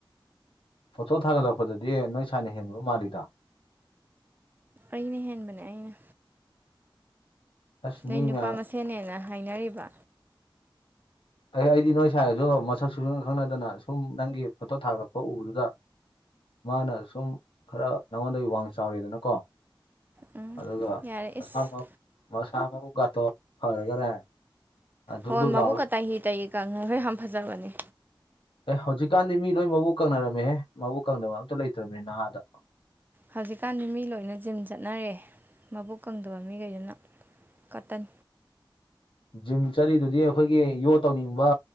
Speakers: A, on the left; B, on the right.
A: ꯐꯣꯇꯣ ꯊꯥꯒꯠꯂꯛꯄꯗꯥꯗꯤ ꯅꯣꯏ ꯁꯥꯏꯅ ꯍꯦꯟꯕ ꯃꯥꯜꯂꯤꯗ
B: ꯑꯩꯅ ꯍꯦꯟꯕꯅꯦ ꯑꯩꯅ
A: ꯑꯁ
B: ꯅꯣꯏ
A: ꯃꯤ
B: ꯅꯨꯄꯥ
A: ꯃꯌꯥꯝ
B: ꯃꯁꯦꯟꯅꯦꯅ ꯍꯥꯏꯅꯔꯤꯕ
A: ꯑꯩ ꯑꯩꯗꯤ ꯅꯣꯏ ꯁꯥꯏꯒꯖꯨ ꯃꯁꯛ ꯁꯨꯛ ꯈꯪ ꯈꯪꯅꯗꯅ ꯁꯨꯝ ꯅꯪꯒꯤ ꯐꯣꯇꯣ ꯊꯥꯒꯠꯂꯛꯄ ꯎꯕꯗꯨꯗ ꯃꯥꯅ ꯁꯨꯝ ꯈꯔ ꯅꯉꯣꯟꯗꯒꯤ ꯈꯔ ꯋꯥꯡ ꯆꯥꯎꯔꯦꯗꯅꯀꯣ
B: ꯎꯝ
A: ꯑꯗꯨꯒ
B: ꯌꯥꯔꯦ
A: ꯃꯁꯥ
B: ꯏꯁ
A: ꯃꯁꯥ ꯃꯎ ꯒꯇꯣ ꯐꯔꯒꯅꯦ ꯗꯨꯞ
B: ꯍꯣꯏ
A: ꯗꯨꯞ
B: ꯃꯕꯨꯛꯀ
A: ꯂꯥꯎꯔ
B: ꯇꯥꯍꯤ ꯇꯥꯍꯤ ꯀꯪꯉꯒ ꯌꯥꯝ ꯐꯖꯕꯅꯦ
A: ꯑꯦ ꯍꯧꯖꯤꯛꯀꯥꯟꯗꯤ ꯃꯤ ꯂꯣꯏ ꯃꯕꯨꯛ ꯀꯪꯅꯔꯝꯃꯤꯍꯦ ꯃꯕꯨꯛ ꯀꯪꯗꯅꯕ ꯑꯝꯇ ꯂꯩꯇ꯭ꯔꯕꯅꯦ ꯅꯍꯥꯗ
B: ꯍꯧꯖꯤꯛꯀꯥꯟꯗꯤ ꯃꯤ ꯂꯣꯏꯅ ꯖꯤꯝ ꯆꯠꯅꯔꯦ ꯃꯕꯨꯛ ꯀꯪꯗꯕ ꯃꯤꯈꯩꯗꯨꯅ ꯀꯇꯟ
A: ꯖꯤꯝ ꯆꯠꯂꯤꯗꯨꯗꯤ ꯑꯩꯈꯣꯏꯒꯤ ꯌꯣ ꯇꯧꯅꯤꯡꯕ